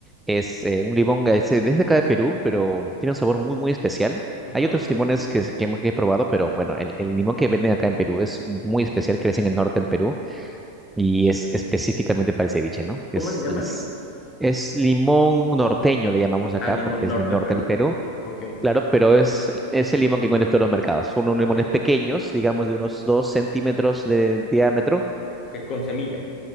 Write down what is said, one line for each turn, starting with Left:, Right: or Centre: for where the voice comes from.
Centre: es eh, un limón que es de acá de Perú, pero tiene un sabor muy, muy especial.
Left: Ujú.
Centre: Hay otros limones que, es- que hemos- que he probado, pero bueno, el, el limón que venden acá en Perú es muy especial, crece en el norte del Perú y es específicamente para el ceviche, ¿no?
Left: ¿Cómo
Centre: Es,
Left: le llaman?
Centre: es, es limón norteño, le llamamos acá,
Left: al limón,
Centre: porque es
Left: norte
Centre: del norte
Left: de Perú.
Centre: del Perú,
Left: Ok,
Centre: claro, pero es, es el limón que encuentras en todos los mercados. Son unos limones
Left: ok,
Centre: pequeños, digamos de unos 2 centímetros de diámetro
Left: ok, con semilla.